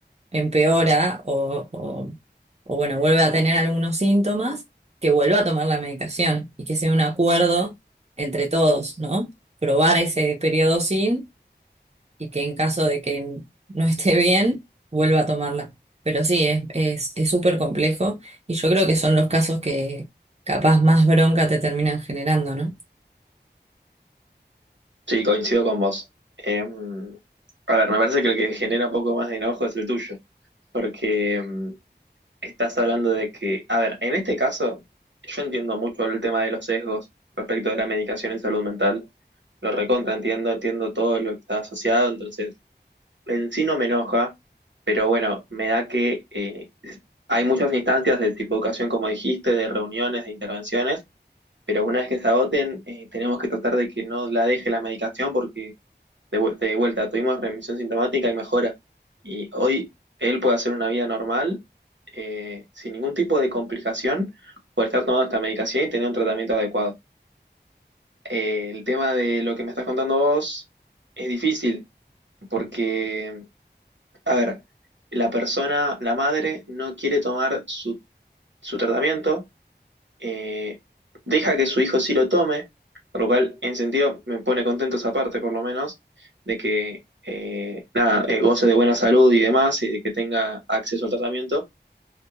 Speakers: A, on the right (about 35°); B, on the right (about 90°).
A: empeora o, o, o, bueno, vuelve a tener algunos síntomas, que vuelva a tomar la medicación y que sea un acuerdo entre todos, ¿no? Probar ese periodo sin y que en caso de que no esté bien, vuelva a tomarla. Pero sí, es, es, es súper complejo y yo creo que son los casos que capaz más bronca te terminan generando, ¿no?
B: Sí, coincido con vos. Em, a ver, me parece que el que genera un poco más de enojo es el tuyo, porque em, estás hablando de que, a ver, en este caso, yo entiendo mucho el tema de los sesgos respecto de la medicación en salud mental. Lo recontra, entiendo, entiendo todo lo que está asociado, entonces en sí no me enoja, pero bueno, me da que eh, Hay muchas instancias de psicoeducación, como dijiste, de reuniones, de intervenciones, pero una vez que se agoten, eh, tenemos que tratar de que no la deje la medicación porque de, vu- de vuelta tuvimos remisión sintomática y mejora. Y hoy él puede hacer una vida normal eh, sin ningún tipo de complicación por estar tomando esta medicación y tener un tratamiento adecuado. Eh, el tema de lo que me estás contando vos es difícil porque, a ver, la persona, la madre, no quiere tomar su su tratamiento eh, deja que su hijo sí lo tome, por lo cual en sentido me pone contento esa parte por lo menos, de que eh, nada, eh, goce de buena salud y demás y de que tenga acceso al tratamiento.